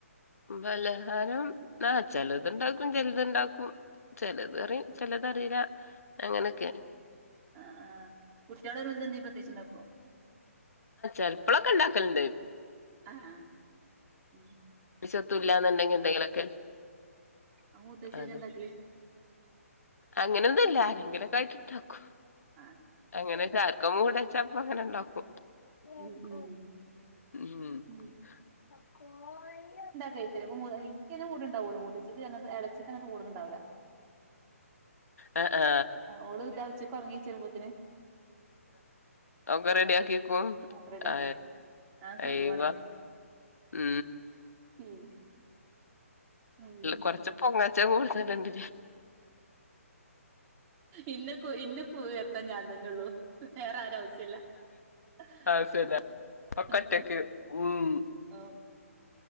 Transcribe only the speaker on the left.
ബലഹാരം ന ചലത്ണ്ടാക്കും ചലതുണ്ടാക്കും ചിലത്റി ചിലത് അറില അങ്ങനൊക്കെ
ാൽ പുളക്ക ഉണ്ടാക്കലുണ്ട്
പരിസത്തും ഇല്ലാന്നുണ്ടെങ്കിൽ എന്തെങ്കിലൊക്കെ
അത്
അങ്ങനെന്നുംല്ല ആരെങ്കിലും ായിട്ടണ്ടാക്കും
അങ്ങനൊർക്കും മൂടച്ചപ്പ അങ്ങനെ ഉണ്ടാക്കും ഉ
ആ ആ
ഒക്കെ റെഡി ആക്കിിക്കും
ആ
അയവ ഉ
കുറച്ച് പോങ്ങ ഉച്ച കൂടുിച്ച രണ്ട്
ഹൗസല്ല ഒക്കൊറ്റക്ക് ഉം